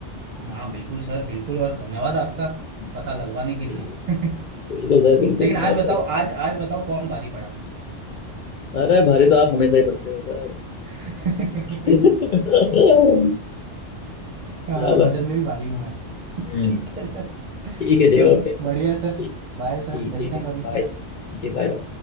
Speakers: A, on the right; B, on the left.
A: हाँ बिल्कुल सर बिल्कुल और धन्यवाद आपका
B: हम्म।
A: पता लगवाने के लिए
B: चलो
A: <laughs>
B: बिल्कुल सर बिल्कुल
A: लेकिन आज
B: नो
A: बताओ
B: प्रॉब्लम।
A: आज आज बताओ कौन भारी पड़ा
B: अरे भारी तो आप हमेशा ही पढ़ते हो सर
A: <laughs>
B: <laughs>
A: हाँ
B: चलो
A: वजन में भी भारी हूं मैं
B: हम्म
A: <laughs> ठीक है सर
B: ठीक है
A: चलो
B: जी ओके
A: बढ़िया है
B: ठीक
A: सर बाय सर
B: ठीक
A: मिलते
B: ठीक
A: हैं
B: है
A: कभी
B: बाय
A: फिर
B: जी बाय